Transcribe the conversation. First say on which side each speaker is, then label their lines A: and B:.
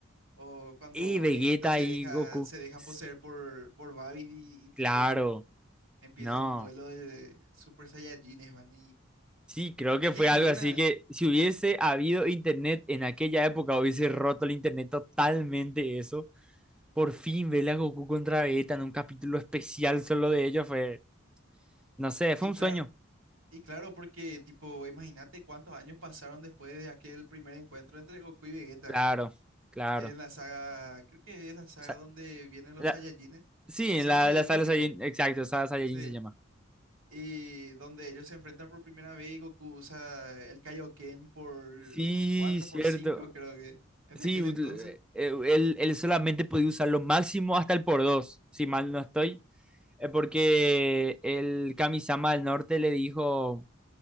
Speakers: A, on the right; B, in the centre.
A: o cuando
B: Y Vegeta
A: Vegeta se
B: y
A: deja,
B: Goku.
A: se deja
B: S-
A: poseer por, por Babidi y, y, tipo,
B: Claro,
A: empieza
B: no.
A: un duelo de Super Saiyajines, man, y
B: Sí, creo que
A: qué
B: fue algo
A: buena.
B: así que si hubiese habido internet en aquella época, hubiese roto el internet totalmente eso. Por fin verle a Goku contra Vegeta en un capítulo especial solo de ellos fue, no sé, fue
A: Y
B: un
A: claro,
B: sueño.
A: y claro, porque tipo, imagínate cuántos años pasaron después de aquel primer encuentro entre Goku y Vegeta,
B: Claro,
A: ¿verdad?
B: claro.
A: En la
B: O
A: saga, creo que es la saga
B: sea,
A: donde vienen los
B: la-
A: Saiyajines.
B: sí,
A: La saga
B: en la,
A: Saiyajin,
B: la sala
A: creo.
B: Saiyajin, exacto, sala Saiyajin
A: Sí.
B: se llama.
A: Y donde ellos se enfrentan por primera vez y Goku usa el Kaioken por,
B: Sí,
A: por 4
B: cierto.
A: por 5 creo que, en
B: Sí,
A: aquel
B: ut-
A: entonces.
B: eh, él, él solamente podía usar lo máximo hasta el por dos, si mal no estoy. Eh, Porque el Kamisama del Norte le dijo...